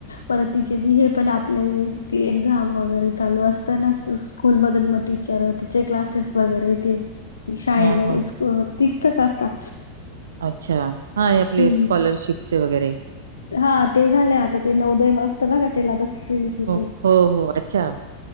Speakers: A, on the left; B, on the right.
A: परत तिचे हे पण आपले एक्झाम वगैरे चालू असताना. स्कूल मधून मग टीचर तिचे क्लासेस वगैरे ते. ती शाळेमध्ये
B: हां, हां.
A: तिथतच असतात.
B: अच्छा हाय आपले
A: हम्म
B: स्कॉलरशिपस वगैरे.
A: हा ते झाले आता ते नवदय असतन बघा त्याला बसलेली.
B: हो,
A: ते
B: हो, हो, अच्छा.